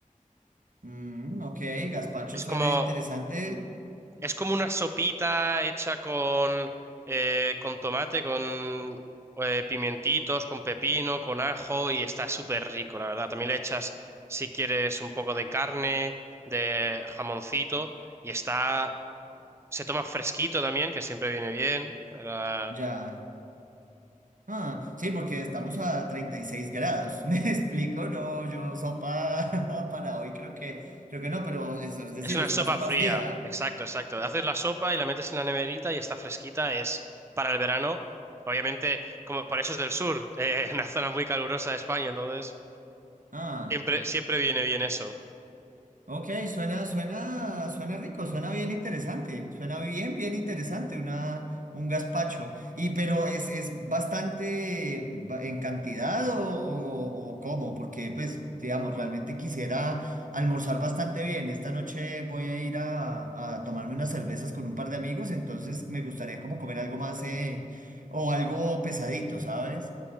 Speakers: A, on the right (about 70°); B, on the right (about 20°).
A: Mm, ok, gazpacho
B: Es
A: suena
B: como
A: interesante.
B: Es como una sopita hecha con, eh, con tomate, con eh, pimientitos, con pepino, con ajo y está súper rico, la verdad. También le echas, si quieres, un poco de carne, de jamoncito y está... Se toma fresquito también, que siempre viene bien. para-
A: Ya. Ah, sí, porque estamos a 36 grados. <laughs> ¿Me explico? No, yo sopa <laughs> para hoy creo que, creo que no, pero eso es decir,
B: Es una
A: es
B: sopa
A: una sopa
B: fría,
A: fría.
B: exacto, exacto. Haces la sopa y la metes en la neverita y está fresquita, es para el verano. Obviamente, como por eso es del sur, eh, <laughs> una zona muy calurosa de España, entonces...
A: Ah.
B: Siempre, siempre viene bien eso.
A: Ok, suena, suena, suena rico, suena bien interesante, suena bien, bien interesante, una, un gazpacho. Y pero es, es bastante ba- en cantidad o, o, o cómo, porque pues, digamos, realmente quisiera almorzar bastante bien. Esta noche voy a ir a, a tomarme unas cervezas con un par de amigos, entonces me gustaría como comer algo más eh, o algo pesadito, ¿sabes?